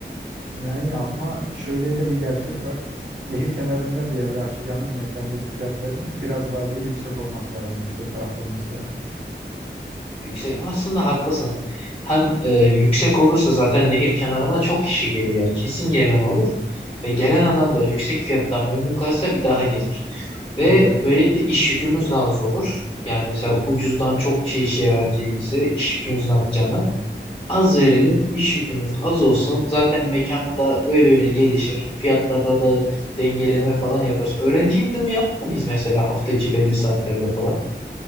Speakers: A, on the right; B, on the left.
A: Yani ama şöyle de bir gerçek var. Nehir kenarında bir yerde açacağımız mekandaki fiyatların biraz daha böyle yüksek olması lazım. Yüksek tarafta olması lazım.
B: Yüksek aslında haklısın. Hem e, yüksek olursa zaten nehir kenarına çok kişi geliyor yani kesin gelen olur ve gelen adam da yüksek fiyattan memnun kalırsa bir daha gelir. Ve
A: Tabii tabii.
B: böylelikle iş yükümüz daha az olur. Yani mesela ucuzdan çok kişiye işe vereceğimizi, iş yükümüzün artacağını Az verelim, iş yükümüz az olsun. Zaten mekanı da öyle öyle gelişir. Fiyatlarda da dengeleme falan yaparız. Öğrenci indirimi yapar mıyız mesela hafta içi belli saatlerde falan?